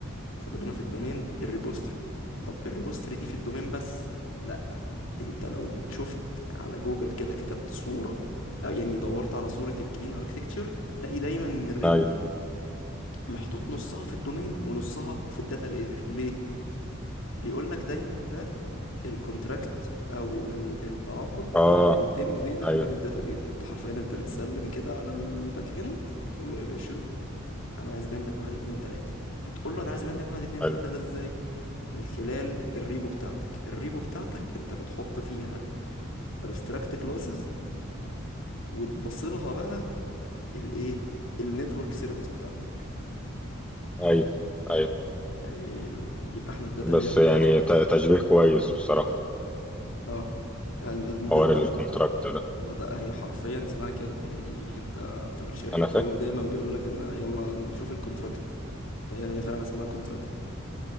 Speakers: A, on the left; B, in the centre.
A: فاضل لنا في الدومين الريبوستري طب الريبوستري دي في الدومين بس لا انت لو شفت على جوجل كده كتبت صوره آه، يعني دورت على صوره الكلين اركتكتشر هتلاقي دايما ان الريبو
B: ايوه
A: دي محطوط نصها في الدومين ونصها في الداتا لاير ليه بيقول لك دايما ده الكونتراكت او ال- التعاقد
B: اه
A: اللي بيتم بينك
B: ايوه
A: وبين الداتابيز انت حرفيا انت بتسلم كده على الباك اند تقول له يا باشا انا عايز منك واحد اتنين تلاتة بتقول له انا عايز منك واحد اتنين
B: حلو
A: تلاتة ده ازاي من خلال الريبو بتاعتك الريبو بتاعتك انت بتحط فيها abstract classes وتبصلها بقى الايه النتورك سيرفيس بتاعتك
B: ايوه ايوه
A: حلو يبقى احنا الداتا
B: بس
A: لاير كده
B: يعني
A: خلاص
B: ت- تشبيه كويس بصراحة
A: اه يعني ما
B: حوار
A: ده ده-
B: الكونتراكت ده
A: ما ده هي حرفيا اسمها كده يعني انت في الشركه
B: انا
A: تلاقيهم
B: فاهم
A: دايما بيقول لك انا يلا نشوف الكونتراكت فهي هي فعلا اسمها كونتراكت